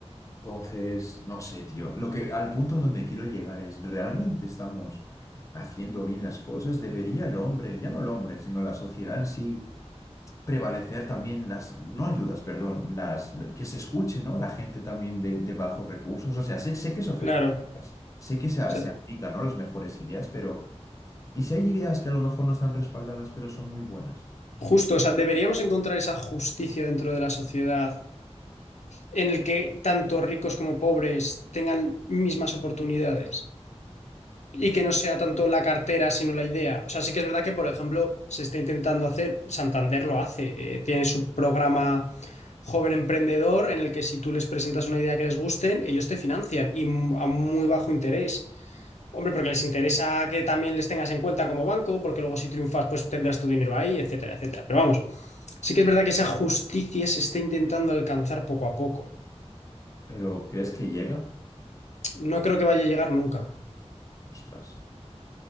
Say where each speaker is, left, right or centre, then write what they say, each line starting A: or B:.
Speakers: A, on the left (about 30°); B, on the left (about 80°).
A: Entonces, no sé, tío, lo que al punto donde quiero llegar es, ¿realmente estamos haciendo bien las cosas? ¿Debería el hombre, ya no el hombre, sino la sociedad en sí, prevalecer también las, no ayudas, perdón, las, que se escuche, ¿no? La gente también de, de bajos recursos, o sea, sé, sé que se ofrecen
B: Claro. O
A: ideas, sé que se,
B: sea,
A: se aplican, ¿no? Las mejores ideas, pero... Y si hay ideas que a lo mejor no están respaldadas, pero son muy buenas.
B: justo, o sea, deberíamos encontrar esa justicia dentro de la sociedad en el que tanto ricos como pobres tengan mismas oportunidades. Y que no sea tanto la cartera, sino la idea. O sea, sí que es verdad que, por ejemplo, se está intentando hacer, Santander lo hace, eh, tiene su programa Joven Emprendedor en el que si tú les presentas una idea que les gusten, ellos te financian y m- a muy bajo interés. Hombre, porque les interesa que también les tengas en cuenta como banco, porque luego si triunfas, pues tendrás tu dinero ahí, etcétera, etcétera. Pero vamos, sí que es verdad que esa justicia se está intentando alcanzar poco a poco.
A: Pero ¿crees que llega?
B: No creo que vaya a llegar nunca.
A: Ostras.